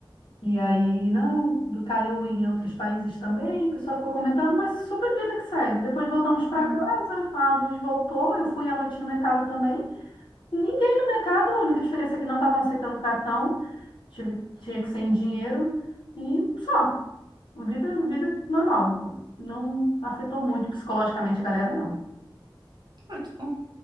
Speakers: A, on the left (about 70°); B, on the right (about 55°).
A: E aí, não, do- caiu em outros países também, o pessoal ficou comentando, mas super vida que segue. Depois voltamos para
B: Hum.
A: casa, a luz voltou, eu fui à noite no mercado também. Ninguém no mercado, a única diferença é que não estavam aceitando cartão, tive, tinha que ser em dinheiro e só. Vida, vida normal. Não afetou muito psicologicamente a galera, não.
B: Ai, que bom.